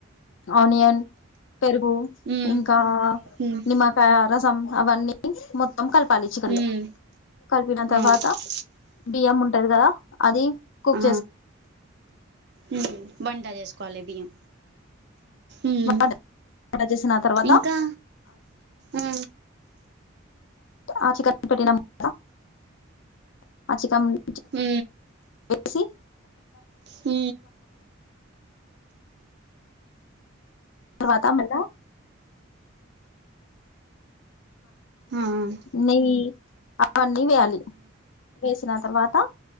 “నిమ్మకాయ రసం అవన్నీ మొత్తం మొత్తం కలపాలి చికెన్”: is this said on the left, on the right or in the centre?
Left